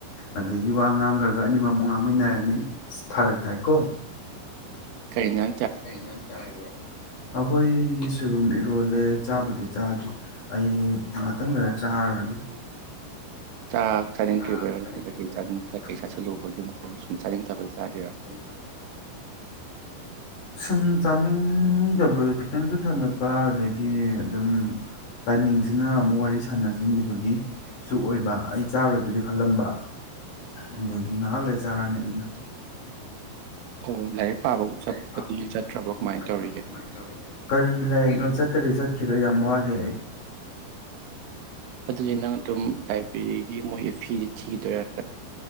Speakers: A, on the left; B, on the right.
A: ꯑꯗꯒꯤ ꯋꯥ ꯉꯥꯡꯈ꯭ꯔꯒ ꯑꯅꯤꯃꯛ ꯑꯃꯨꯛ ꯉꯥꯡꯃꯤꯟꯅꯔꯅꯤ ꯑꯁ ꯐꯔꯛ ꯇꯥꯏꯀꯣ꯫
B: ꯀꯩꯅꯣ
A: <inaudible> ꯑꯩꯈꯣꯏꯒꯤ ꯁꯣꯏꯕꯨꯝ ꯏꯔꯣꯜꯂꯦ ꯆꯥꯕꯗꯤ ꯆꯥꯗ꯭ꯔꯤ ꯑꯩ ꯉꯥꯛꯇꯪ ꯈꯔ ꯆꯥꯔꯨꯔꯅꯤ꯫ <inaudible>
B: ꯆꯥꯛ ꯆꯥꯅꯤꯡꯗ꯭ꯔꯤꯕꯩꯔꯣ ꯅꯠꯇ꯭ꯔꯒ ꯀꯩꯀꯩ ꯆꯥꯅꯤꯡ ꯀꯩꯀꯩ ꯆꯥꯁꯤꯜꯂꯨꯕꯒꯤꯅꯣ ꯁꯨꯝ ꯆꯥꯅꯤꯡꯗꯕꯩ ꯆꯥꯔꯤꯔꯣ
A: ꯁꯨꯝ ꯆꯥꯅꯤꯡꯗꯕ ꯈꯤꯇꯪꯁꯨ ꯊꯟꯒꯠꯄ ꯑꯗꯒꯤ ꯑꯗꯨꯝ ꯇꯥꯏꯃꯤꯡꯁꯤꯅ ꯑꯃꯨꯛ ꯋꯥꯔꯤ ꯁꯥꯟꯅꯁꯤꯟꯈꯤꯕꯒꯤꯁꯨ ꯑꯣꯏꯕ ꯑꯩ ꯆꯥꯔꯣꯏꯕꯗꯤ ꯈꯜꯂꯝꯕ ꯑꯗꯒꯤ ꯉꯥꯏꯍꯥꯛ ꯂꯩ ꯆꯥꯔꯅꯤ ꯑꯗꯨꯅ꯫
B: ꯑꯣ
A: <unintelligible>
B: ꯂꯥꯏꯔꯤꯛ ꯄꯥꯕ ꯆꯠꯄꯗꯤ ꯆꯠꯇ꯭ꯔꯕꯣ ꯀꯃꯥꯏꯅ ꯇꯧꯔꯤꯒꯦ
A: ꯀꯔꯤꯒꯤ ꯂꯥꯏꯔꯤꯛ ꯅꯣ ꯆꯠꯇꯔꯤ ꯆꯠꯈꯤꯔꯣꯏ ꯌꯥꯝ ꯋꯥꯠꯂꯤ ꯑꯩ꯫
B: ꯑꯗꯨꯗꯤ ꯅꯪ ꯑꯗꯨꯝ ꯂꯥꯏꯕ꯭ꯔꯦꯔꯤꯒꯤ ꯃꯣꯏꯒꯤ ꯐꯤꯗꯤ ꯊꯤꯗꯣꯏꯔꯥ ꯅꯠꯇ꯭ꯔꯒ